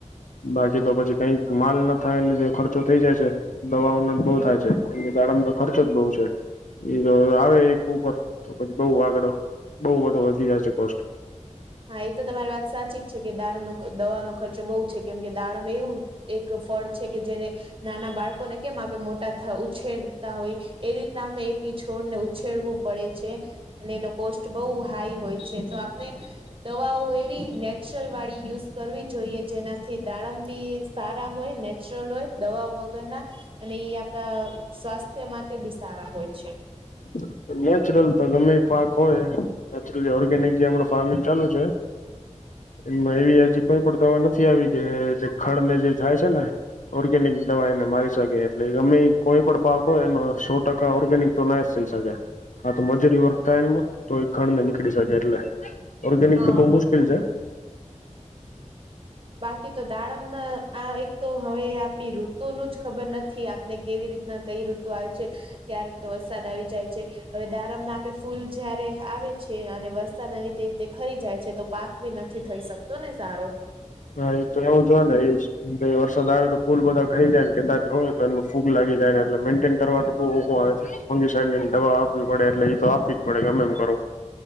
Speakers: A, on the left (about 80°); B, on the right (about 45°).
A: બાકી તો પછી કઈક માલ નો થાયને જે ખર્ચો થઈ જાય છે દવાઓના બો થાય છે અને ગાડમનો ખર્ચો જ બો છે એ જો આવે એક <unintelligible> પછી બો આગળ બો બધો વધી જશે કોસ્ટ
B: હા એ તો તમારી વાત સાચી જ છે કે દાારમનો દવાનો ખર્ચો બો છે કેમ કે દારમ એવું એક ફળ છે કે જેને નાના બાળકોને કેમ આપે મોટા થ ઉછેરતા હોય એ રીતના આપમને એકી છોડને ઉછેરવું પડે છે અને એનો કોસ્ટ બો હાઈ હોય છે તો આપને દવાઓ એવી નેચરલ વાળી યુઝ કરવી જોઈએ જેનાથી દાડમ બી સારા હોય ને <unintelligible> હોય દવા વગરના અને આપડા સ્વાસ્થ્ય માટે બી સારા હોય છે
A: <inaudible> નેચરલ તો ગમે પાક હોય નેચરલી ઓર્ગેનિક જેમ ફાર્મિંગ ચાલુ છે એમાં એવી હજી કોઈ પણ દવા નથી આવી કે જે ખડ ને જે થાય છે ને ઓર્ગેનિક દવા એને મારી શકે એટલે ગમે કોઈ પણ પાક હોય એનો સો ટ ઓર્ગેનિક તો ના સઈ શકે કાતો મજૂરી વર્તા તો ખંડ ને નીકળી શકે એટલે ઓર્ગેનિક
B: હા
A: તો બો મુશ્કેલ છે
B: બાકી તો દાડમ ના આ એક તો હવે આપણી ઋતુ નુ જ ખબર નથી ને કેવી રીતના કઈ ઋતુ આવે છે ક્યારેક તો વરસાદ આવી જાય છે હવે દારમ ના આપે ફૂલ જયારે આવે છે અને વરસાદના લીધે તે ખરી જાય છે તો પાક વિ નથી થઈ શકતો ને સારો
A: હા એ તો એવું જો ને એ ભાઈ વરસાદ આવયો તો ફૂલ બધા ખાઈ જાય ને કદાચ હોય તો એ ફૂગ લાગી જાય ને એટલે મેઇન્ટેન કરવાનું બો ઓ આવે છે ફંગી સાહેબ ની દવા આપવી પડે એટલે ઈ તો આપવી જ પડે ગમે એમ કરો